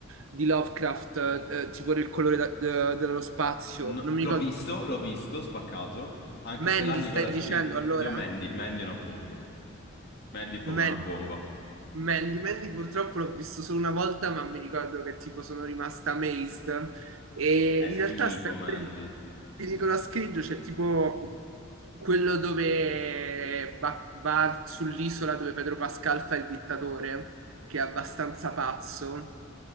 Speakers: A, on the right (about 85°); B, on the left (about 50°).
A: di Lovecraft, eh, tipo del colore da- eh, dello spazio.
B: No,
A: Non mi
B: l'ho
A: ricordo.
B: visto, l'ho visto, spaccato, anche
A: Mandy,
B: se là Nicolas
A: stai dicendo
B: Cage...
A: allora?
B: Io Mandy, Mandy è una bomba. Mandy è proprio
A: Man-
B: una bomba.
A: Mandy, Mandy purtroppo l'ho visto solo una volta, ma mi ricordo che tipo sono rimasta amazed. E
B: È figo,
A: in realtà sempre
B: Mandy.
A: di,
B: Sì.
A: di Nicolas Cage c'è tipo quello dove va, va sull'isola dove Pedro Pascal fa il dittatore, che è abbastanza pazzo.